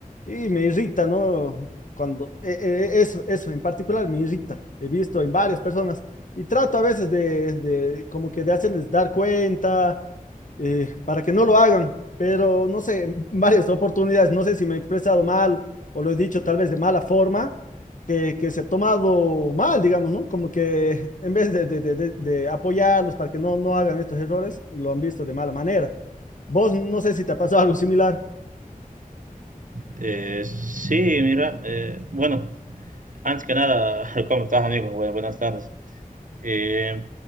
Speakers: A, on the left; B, on the right.
A: y me irrita, ¿no? Cuando e- e- eso, eso en particular me irrita. He visto en varias personas y trato a veces de, de como que de hacerles dar cuenta eh, para que no lo hagan, pero no sé, en varias oportunidades, no sé si me he expresado mal o lo he dicho tal vez de mala forma, que, que se ha tomado mal, digamos, ¿no? Como que en vez de, de- de- de- de apoyarlos para que no, no hagan estos errores, lo han visto de mala manera. Vos no sé si te ha pasado algo similar.
B: Eh, sí, mira, eh, bueno, antes que nada, <laughs> ¿cómo estás, amigo? Bu- Buenas tardes. Eh,